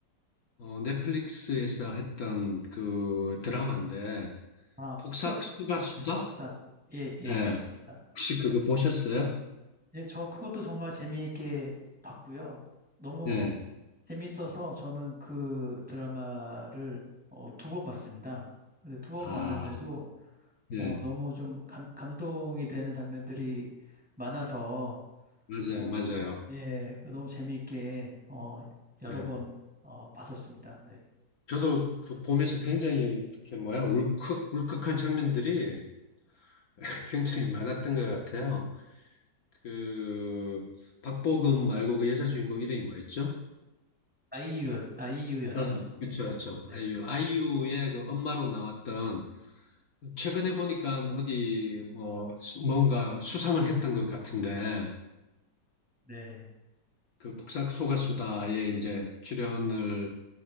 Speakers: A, on the left (about 60°); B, in the centre.
A: 어, 넷플릭스에서 했던 그 드라마인데
B: 아,
A: 폭삭수가 수다?
B: 수고하셨다. 예, 예,
A: 예.
B: 맞습니다.
A: 혹시 그거 보셨어요?
B: 예, 저 그것도 정말 재미있게 봤고요. 너무
A: 예.
B: 재밌어서 저는 그 드라마를 어, 두번 봤습니다. 근데 두 번
A: 아,
B: 봤는데도 어,
A: 예.
B: 너무 좀 감, 감동이 되는 장면들이 많아서
A: 맞아요.
B: 어,
A: 맞아요.
B: 예, 그 너무 재미있게 어, 여러
A: 예.
B: 번 어, 봤었습니다. 네.
A: 저도 그 보면서 굉장히 이렇게 뭐야? 울컥 울컥한 장면들이 <laughs> 굉장히 많았던 것 같아요. 그 박보검 말고 그 여자 주인공 이름이 뭐였죠?
B: 아이유, 아이유였죠.
A: 어, 그렇죠, 그렇죠.
B: 네.
A: 아이유, 아이유의 그 엄마로 나왔던 최근에 보니까 어디 뭐 수- 뭔가 수상을 했던 것 같은데
B: 네.
A: 그복사 소가수다에 이제 출연을